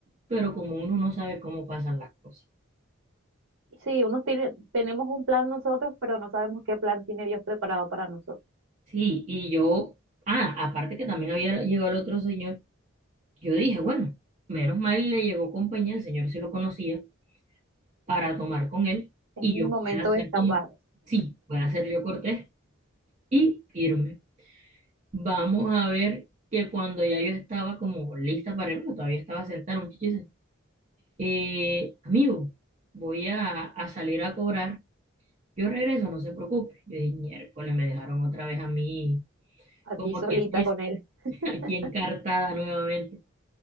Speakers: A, on the right; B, on the right.
A: Pero como uno no sabe cómo pasan las cosas.
B: Sí, unos tiene, tenemos un plan nosotros, pero no sabemos qué plan tiene Dios preparado para nosotros.
A: Sí, y yo, ah, aparte que también había llegado el otro señor, yo dije, bueno, menos mal le llegó compañía, el señor sí lo conocía, para tomar con él
B: Es
A: y
B: mi
A: yo
B: momento
A: pueda hacer
B: de escapar.
A: como, sí, pueda hacer yo cortés y irme. Vamos a ver que cuando ya yo estaba como lista para irme, todavía estaba sentada, un muchacho eh, amigo, voy a, a salir a cobrar, yo regreso, no se preocupe. Yo dije, miércoles, me dejaron otra vez a mí,
B: a
A: como
B: ti solita
A: quien dice,
B: con él. <laughs>
A: <laughs> aquí encartada nuevamente.